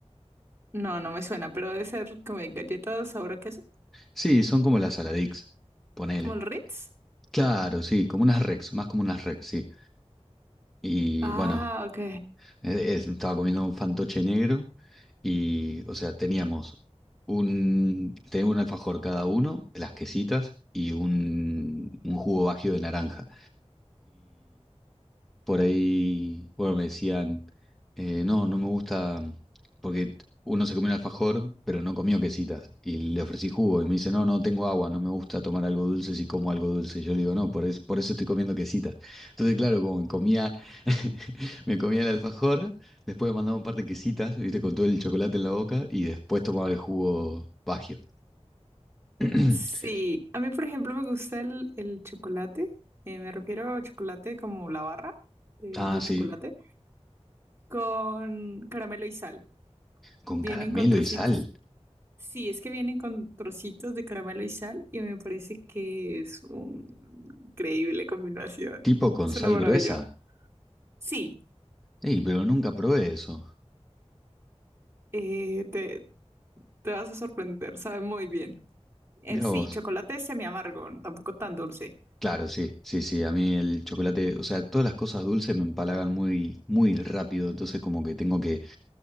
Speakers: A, on the right (about 20°); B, in the centre.
A: no, no me suena, pero debe ser como de galletas sabor a queso,
B: Sí, son como las Saladix. Ponele.
A: como el Ritz.
B: Claro, sí, como unas Rex, más como unas Rex, sí. Y
A: Ah,
B: bueno,
A: ok.
B: eh, eh, estaba comiendo un fantoche negro y, o sea, teníamos un, tenía un alfajor cada uno, las quesitas y un, un jugo bajío de naranja. por ahí, bueno, me decían, eh, no, no me gusta, porque uno se comió un alfajor, pero no comió quesitas, y le ofrecí jugo, y me dice, no, no tengo agua, no me gusta tomar algo dulce si como algo dulce. Y Yo le digo, no, por, es- por eso estoy comiendo quesitas. Entonces, claro, como me comía, <laughs> me comía el alfajor, después me mandaba un par de quesitas, viste, con todo el chocolate en la boca, y después tomaba el jugo Bagio. <clears throat>
A: Sí, a mí, por ejemplo, me gusta el, el chocolate. eh, me refiero a chocolate como la barra de,
B: Ah,
A: de
B: sí,
A: chocolate con caramelo y sal.
B: con
A: Vienen
B: caramelo
A: con trocitos.
B: y sal,
A: Sí, es que vienen con trocitos de caramelo y sal y me parece que es una increíble combinación.
B: tipo con
A: Es
B: sal
A: una maravilla.
B: gruesa.
A: Sí,
B: Ey, pero nunca probé eso.
A: eh, te, te vas a sorprender, sabe muy bien. Eh,
B: Mira
A: sí,
B: vos.
A: chocolate semi amargo, tampoco tan dulce.
B: Claro, sí, sí, sí. A mí el chocolate, o sea, todas las cosas dulces me empalagan muy, muy rápido. Entonces, como que tengo que,